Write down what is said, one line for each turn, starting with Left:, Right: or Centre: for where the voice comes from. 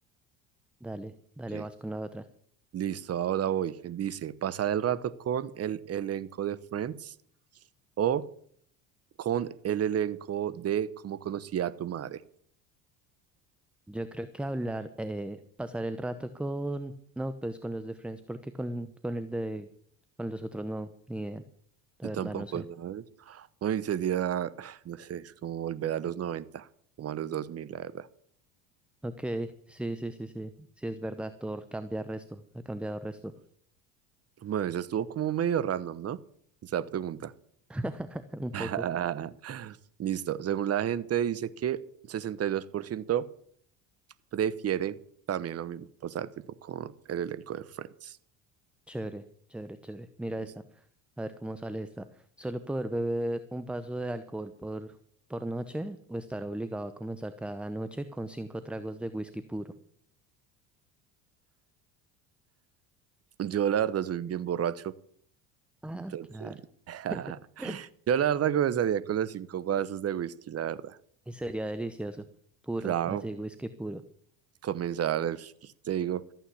Centre: dale, dale,
Right: Ok.
Centre: vas con la otra.
Right: Listo, ahora voy. Dice, pasar el rato con el elenco de Friends o con el elenco de Cómo conocí a tu madre.
Centre: Yo creo que hablar, eh, pasar el rato con, no, pues con los de Friends, porque con, con el de, con los otros no, ni idea, la
Right: Yo
Centre: verdad
Right: tampoco,
Centre: no sé.
Right: ¿sabes? Hoy sería, <sighs> no sé, es como volver a los noventa como a los dos mil la verdad.
Centre: Ok, sí, sí, sí, sí, sí es verdad, Thor cambia resto, ha cambiado resto,
Right: Bueno, eso estuvo como medio random, ¿no? Esa pregunta.
Centre: <laughs> un poco.
Right: <laughs> Listo. Según la gente dice que 62% prefiere también lo mismo, pasar tiempo con el elenco de Friends.
Centre: Chévere, chévere, chévere. Mira
Right: Listo.
Centre: esta. A ver cómo sale esta. ¿Solo poder beber un vaso de alcohol por, por noche o estar obligado a comenzar cada noche con cinco tragos de whisky puro?
Right: Yo la verdad soy bien borracho,
Centre: Ah,
Right: entonces...
Centre: claro.
Right: <laughs>
Centre: <laughs>
Right: Yo la verdad comenzaría con los cinco vasos de whisky, la verdad.
Centre: Y sería delicioso. Puro,
Right: Claro,
Centre: así, whisky puro.
Right: comenzar, es- pues, te digo,